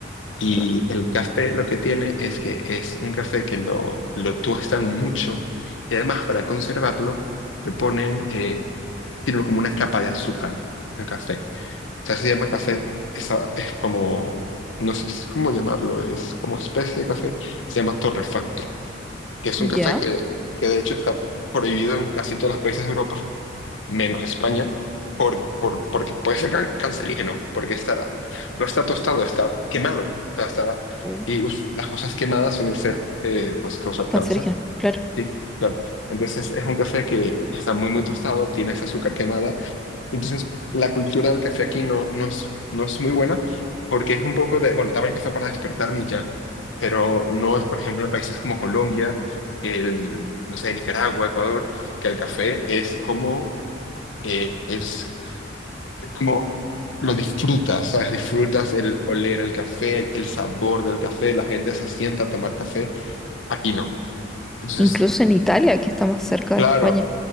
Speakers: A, on the left; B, in the centre.
A: Y
B: Claro.
A: el café lo que tiene es que es un café que lo, lo tuestan mucho y además para conservarlo le ponen, eh, tiene como una capa de azúcar el café sea, se llama café, esa, es como, no sé si es cómo llamarlo, es como especie de café, se llama torrefacto, que es un café
B: Ya.
A: que, que de hecho está prohibido en casi todos los países de Europa, menos España, por, por, porque puede ser can- cancerígeno, porque está, no está tostado, está quemado, o sea, está,
B: Uh,
A: y us- las cosas quemadas suelen ser, eh, pues, causar
B: qué cancerígeno,
A: cáncer.
B: claro.
A: Sí, claro. Entonces es un café que está muy, muy tostado, tiene esa azúcar quemada entonces, la cultura del café aquí no, no es, no es muy buena porque es un poco de, bueno, dame el café para despertarme y ya, pero no es, por ejemplo, en países como Colombia, el, no sé, Nicaragua, Ecuador, que el café es como, eh, es, es como lo disfrutas, ¿sabes? Disfrutas el oler el café, el sabor del café, la gente se sienta a tomar café, aquí no. Entonces,
B: Incluso en Italia, que está más cerca
A: claro,
B: de España,